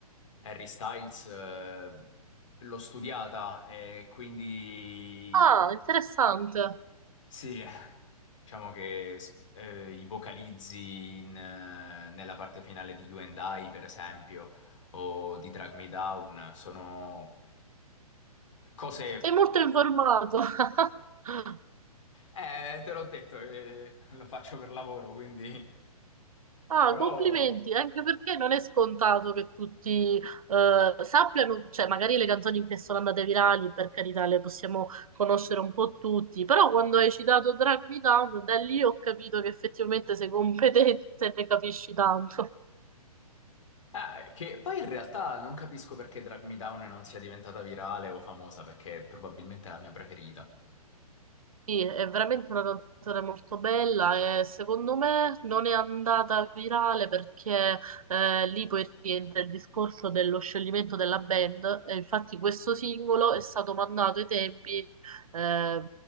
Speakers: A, on the left; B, on the right.
A: Harry Styles, eh, l'ho studiata e quindi
B: Ah, interessante.
A: sì, <laughs> diciamo che s- eh, i vocalizzi in, eh, nella parte finale di You and I, per esempio, o di Drag Me Down, sono cose...
B: Sei molto informato. <laughs>
A: Eh, te l'ho detto, eh, lo faccio per lavoro, quindi...
B: Ah,
A: Però...
B: complimenti, anche perché non è scontato che tutti eh, sappiano, cioè magari le canzoni che sono andate virali, per carità, le possiamo conoscere un po' tutti, però quando hai citato Drag Me Down, da lì ho capito che effettivamente sei competente e ne capisci tanto.
A: Eh, che poi in realtà non capisco perché Drag Me Down non sia diventata virale o famosa, perché probabilmente è la mia preferita.
B: Sì, è veramente una canzone molto bella e secondo me non è andata virale perché eh, lì poi rientra il discorso dello scioglimento della band e infatti questo singolo è stato mandato ai tempi, eh,